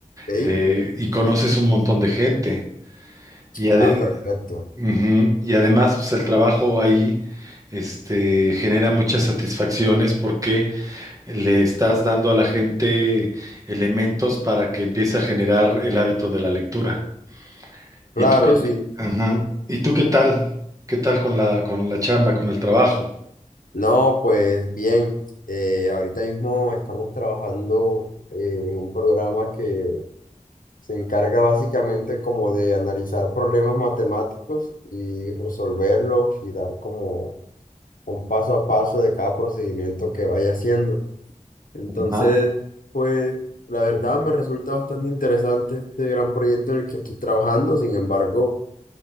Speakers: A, on the left; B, on the right.
A: ¿Sí?
B: Eh, y conoces un montón de gente. Y, ade-
A: Ah, perfecto.
B: Ujú. Y además pues, el trabajo ahí este, genera muchas satisfacciones. porque le estás dando a la gente elementos para que empiece a generar el hábito de la lectura.
A: Claro,
B: ¿Y tú qué te-
A: sí.
B: ajá. ¿Y tú qué tal? ¿Qué tal con la con la chamba, con el trabajo?
A: No, pues bien, eh, ahorita mismo estamos trabajando en un programa que se encarga básicamente como de analizar problemas matemáticos y resolverlos y dar como un paso a paso de cada procedimiento que vaya haciendo. Entonces,
B: Ajá.
A: pues la verdad me resulta bastante interesante este gran proyecto en el que estoy trabajando. Sin embargo,